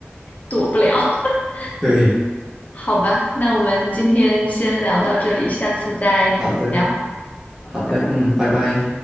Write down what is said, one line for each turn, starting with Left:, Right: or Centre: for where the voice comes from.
Left: 躲不了。<laughs>
Right: <laughs> 对，
Left: 好吧，那我们今天先聊到这里，下次再聊，
Right: 好的，好的，
Left: 拜拜。
Right: 嗯，拜拜。